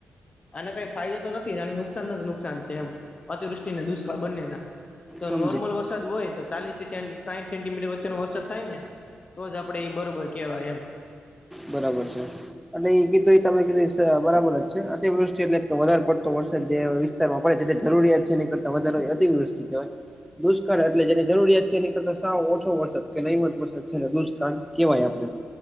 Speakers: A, on the left (about 35°); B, in the centre.
A: આને કઈ ફાયદો તો નથી આને નુકસાન ન જ નુકસાન છે એમ અતિવૃષ્ટિને દુષ્કાળ બંને ના. તો
B: સમજી
A: નોર્મલ
B: ગયો
A: વરસાદ હોય તો ચાલીસ થી સે. સાઈઠ સેન્ટીમીટર વચ્ચેનો વરસાદ થાય ને તો જ આપડણે એ બરોબર કેહેવાય એમ.
B: બરાબર છે અને એ કીધું એ તમે કીધું. બરાબર જ છે અતિવૃષ્ટિ એટલે વધારે પડતો વરસાદ જે વિસ્તારમાં પડે છે જરૂરિયાત છે એની. વધારો તે વૃસ્તુ કેવાય. દુષ્કાળ એટલે જેની જરૂરિયાત છે એની કરતા સાવ ઓછો વરસાદ કે નહી હોયે વરસાદ છેને દુષ્કાળ કહેવાય આપણે.